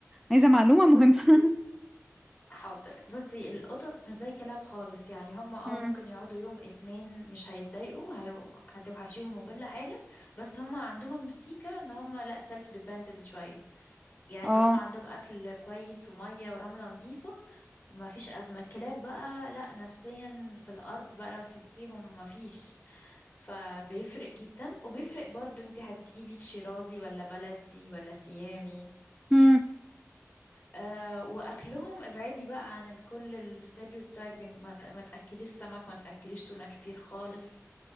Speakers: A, in the centre; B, on the left.
A: عايزة معلومة مهمة
B: بصي حاضر بصي القطط مش زي الكلاب خالص يعني هما اه
A: <laughs> مم.
B: ممكن يقعدوا يوم اتنين مش هيتضايقوا هي... هتوحشيهم وكل حاجة بس هما عندهم سيكة ان هما لا سيلف ديبندنت شوية يعني
A: اه
B: طالما عندهم اكل كويس ومية ورملة نظيفة ما فيش ازمة الكلاب بقى لا نفسيا في الارض بقى لو سبتيهم ما فيش فبيفرق جدا وبيفرق برضو انت هتجيبي شيرازي ولا بلدي ولا سيامي
A: مم.
B: أه واكلهم ابعدي بقى عن كل الستيريوتايبنج ما, ما تاكليش سمك ما تاكليش تونه كتير خالص